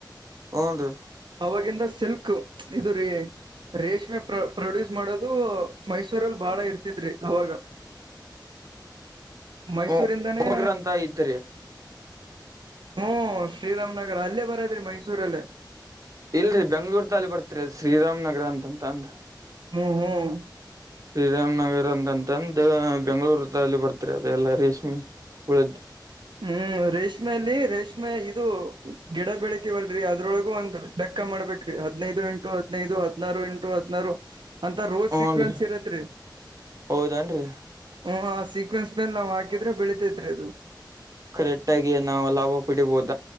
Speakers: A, on the right; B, on the right.
A: ಹ್ನ್ ರೀ
B: ಅವಾಗಿಂದ ಸಿಲ್ಕ್ ಇದು ರೀ ರೇಷ್ಮೆ ಪ್ರ ಪ್ರೊಡ್ಯೂಸ್ ಮಾಡೋದು ಮೈಸೂರಲ್ಲಿ ಬಾಳ ಇರ್ತತ್ರೀ ಅವಾಗ ಮೈಸೂರಿಂದಾನೇ
A: ಹಓ ಹಗ್ರಂತ ಇದ್ದರಿ
B: ಹ್ಮ್ ಶ್ರೀರಾಮ್ನಗರ ಅಲ್ಲೇ ಬರದ್ರಿ ಮೈಸೂರಲ್ಲೇ
A: ಇಲ್ರರಿ ಬೆಂಗ್ಳೂರ್ ತಾಲಿ ಬರ್ತ್ರಿ ಶ್ರೀರಾಮ್ನಗರ ಅಂತಂತ ಅಂದ
B: ಹ್ಮ್ ಹ್ಮ್
A: ಶ್ರೀರಾಮನಗರ ಅಂದನ್ ತಂದ ಬೆಂಗ್ಗಳೂರ್ಲ್ಲಿ ಬರ್ತರಿ ಅದ ಎಲ್ಲ ರೇಷ್ಮೆ ಉಳದ್
B: ಹ್ಮ್ ರೇಷ್ಮಯಲ್ಲಿ ರೇಷ್ಮೆ ಮ್ಮೆ ಇದು ಗಿಡ ಬೆಳತಿವಲ್ರರಿ ಅದ್ರೊಳಗು ಒಂದು ಲೆಕ್ಕ ಮಾಡ್ಬೇಕೇರಿ ಹದ್ನೈದು ಇಂಟು ಹದ್ನೈದು ಹದ್ನಾರು ಇಂಟು ಹದ್ನಾರು ಅಂತ ರೋಜ
A: ಹೂನ್
B: ಸೀಕ್ವೆನ್ಸ್
A: ರೀ
B: ಇರತ್ರಿ
A: ಹೌದನ್ರಿ
B: ಹ್ಮ್ ಸೀಕ್ವೆನ್ಸ್ ಮೇಲೆ ನಾವ್ ಹಾಕಿದ್ರ ಬೆಳಿತಿದ್ರೆ ಅದು
A: ಕರೆಕ್ಟ್ ಆಗ ನಾವು ಲಾಭ ಪಡಿಬಹುದು